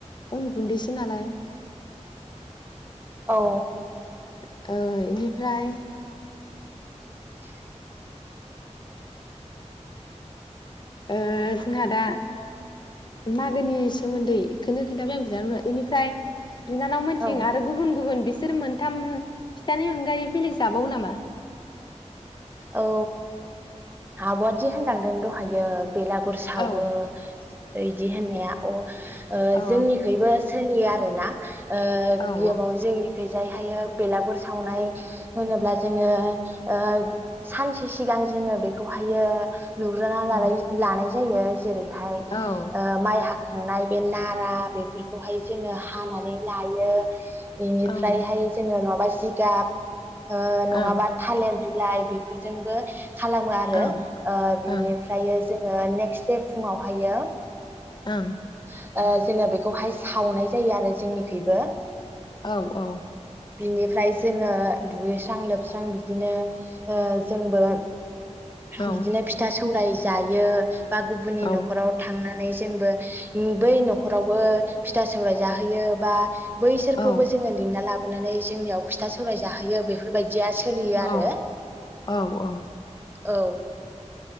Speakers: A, on the left; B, on the right.
A: उन गुन्दैसो नालाय
B: औ
A: <inaudible> ओ इनिफ्राय
B: <inaudible>
A: ओ जोंहा दा मागोनि सोमोन्दै इखोनो खोन्थाबाय आं बिनानावनो इनिफ्राय बिनानाव मोनथिं
B: औ
A: आरो गुबुन गुबुन बिस बिसोर मोनथाम फिथानि अनगायै बेलेग जाबावो नामा
B: औ आबआदि होनलांदों दहायो बेलागुर सावो
A: औ
B: बिदि होननाया अ ओ
A: अ
B: जोंनिखैबो सोलियो आरोना ओ
A: औ
B: गेमावनो <unintelligible> जाय हायो बेलागुर सावनाय होनोब्ला जोङो ओ सानसे सिगां जोङो बेखौहायो लुग्रोना लानाय
A: औ ओं
B: लानाय जायो जेरैहाय
A: औ
B: ओ माइ हाखा नाय बे नारा बेफोरखौहाय जोङो हानानै लायो। बेनिफ्रायहाय
A: ओं
B: जोङो नङाबा जि जिगाब ओ नङाबा
A: ओं
B: थालेर बिलाइ बेफोरजोंबो खालामो आरो
A: ओं
B: ओ बिनिफ्रायो
A: ओं
B: जो जोङो नेक्स दे फुङावहायो
A: ओं
B: <inaudible> ओ जोङो बेखौहाय सावनाय जायो आरो जोंनिखैयबो
A: औ - औ
B: बिनिफ्राय जोङो दुगैस्रां लोबस्रां बिदिनो ओ जोंबो
A: औ
B: बिदिनो फिथास सौराय जायो बा गुबुननि
A: औ
B: न'खराव थांनो नै जोंबो बै न'खरावबो फिथा सौराय जाहोयो बा बैसोरखौबो
A: औ
B: जोङो लिंना लाब नानै जोंनियाव फिथा सौराय जाहोयो बेफोरबायदि दिया सोलियो आरो।
A: औ औ
B: औ